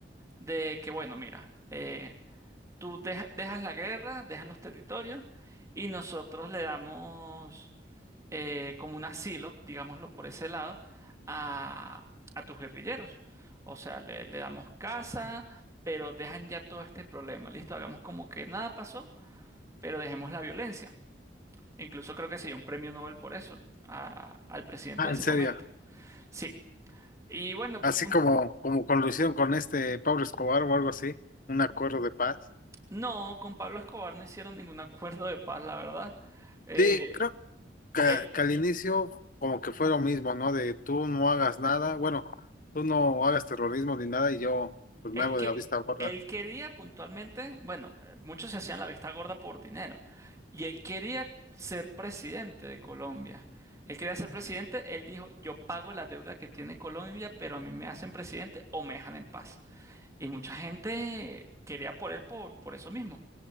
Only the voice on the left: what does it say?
Ah,
en
serio.
Así
como, como con lo hicieron con este Pablo Escobar o algo así, un acuerdo de paz.
Sí, creo que,
que al inicio como que fue lo mismo, ¿no? De tú no hagas nada, bueno, tú no hagas terrorismo ni nada y yo pues
me hago
de la vista gorda.